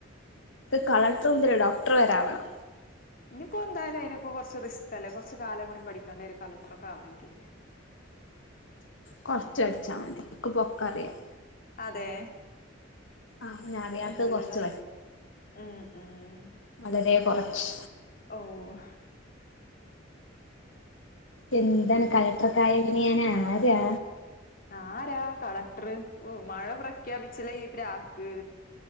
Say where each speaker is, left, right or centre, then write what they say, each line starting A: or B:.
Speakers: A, on the left; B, on the left.
A: കളക്ടർ മുതില്ല ഡോക്ടർ വരാവണം
B: ഇനിയിപ്പോ എന്തായാലും അതിനൊക്കെ കുറച്ച് റിസ്ക് അല്ലേ കുറച്ച് കാലം കടി പഠിക്കേണ്ട ഒരു കലക്ടറൊക്കെ ആണെങ്കിൽ
A: കുറച്ച അടിച്ചാൽ മതി എക്ക് പൊക്കറിയൻ
B: അതെ
A: ആഹ് ഞാൻ അറിയാത്തത്
B: നല്ലതാ
A: കൊറച്ച്
B: ഉം ഉം
A: വളരേ കൊറച്ച്
B: ഓഹ്
A: എന്താണ്
B: പിൻ
A: കളക്ടറൊക്കായാ പിന്നെ ഞാനാരാ
B: ആരാ കളക്ടർ ഓ മഴ പ്രഖ്യാപിച്ചില്ലെങ്കി ഈ പ്രാക്ക്